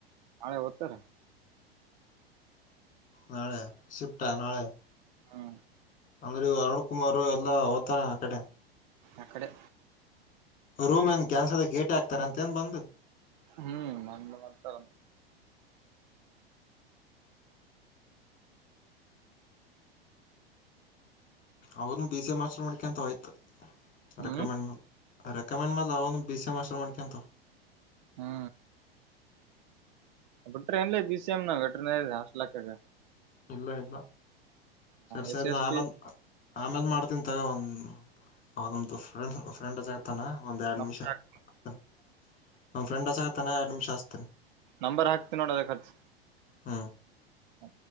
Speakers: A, on the right; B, on the left.
A: ನಾಳೆ ಹೊತರ
B: ನಾಳೆ ಶಿಫ್ಟಾ ನಾಳೆ
A: ಹ್ಮ
B: ಅಂದ್ರೆ ಅರುಣ್ ಕುಮಾರ್ ಎಲ್ಲಾ ಹಓದ್ತಾರ ಆ ಕಡೆ
A: ಅಕಡೆ
B: ರೂಮ್ ಏನ್ ಕ್ಯಾನ್ಸರ್ದ ಏಟೆ ಹಾಕ್ತಾರ ಅಂತ ಏನ್ ಬಂದು
A: ಹ್ಮ್ ಮಂದ ಮಾಡ್ತಾರ
B: ಅವದ ಬಿ ಸಿ ಮಾಸ್ಟರ್ ಮಾಡ್ಕಂತ ಹಯ್ತು
A: ಹ್ಮ್
B: ರೆಕಮೆಂಡ್ ಮೇಲ್ ರೆಕಮೆಂಡ್ ಮಾಡ ಅವ ಒಂದು ಬಿ ಸಿ ಎ್ ಹಸ್ಟಲ್ ಮಾಡ್ಕಂತ
A: ಹಾ ಅಟ್ರೆನ್ಲ್ಲಿ ಬಿ ಸಿ ಎಮ ನಟ್ರ ದ ಲ
B: ಇಲ್ಲ ಇಲ್ಲ ಸರಿ ಸರಿ
A: ಎಸ್ ಎಸ್
B: ನಾನು ಆಮೇಲ್
A: ಪಿ
B: ಆಮೇಲೆ ಮಾಡ್ತೀನಿ ತಗ ಒಂದು ಹಮ್ದು ಫ್ರೆಂಡ್ ಫ್ರೆಂಡ್ ಆತಾನ ಒಂದ್ ಎರಡು
A: ನಂಬರ್
B: ನಿಮಿಷ
A: ಹಾಕ್
B: ಆತ ನಮ್ಮ ಫ್ರೆಂಡ್ಸಾಗ ತಾನೆ ಅಡ್ಮಿಷನ್ಸ್ತನೆ
A: ನಂಬರ್ ಹಾಕ್ತಿ ನೋಡ ಅದ ಖರ್ಚು
B: ಹ್ಮ
A: ಹ